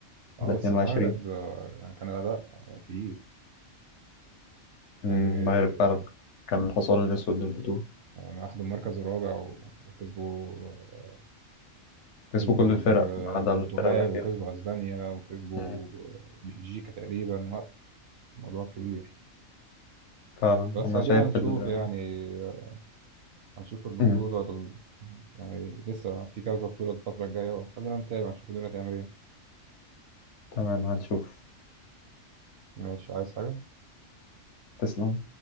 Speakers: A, on the right; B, on the left.
A: اه
B: ولا 22
A: بس المغرب آه، يعني كان الأداء آه، تقيل
B: مم.
A: يعني آه،
B: المغرب فعلا كان الحصان الأسود للبطولة
A: يعني أخدوا المركز الرابع و- وكسبوا آه،
B: كسبوا
A: كسبوا
B: كل الفرق
A: ب-
B: ما عدا
A: البرتغال
B: الفرقة الأخيرة
A: وكسبوا أسبانيا وكسبوا
B: مم.
A: آه، بلجيكا تقريبا لا موضوع كبير
B: فعلا
A: بس
B: أنا
A: ادينا
B: شايف
A: هنشوف
B: ال...
A: يعني آه، هنشوف البطولة
B: مم.
A: ال- يعني لسه في كذا بطولة الفترة الجاية وخلينا نتابع نشوف الدنيا تعمل ايه
B: تمام هنشوف
A: ماشي عايز حاجة
B: تسلم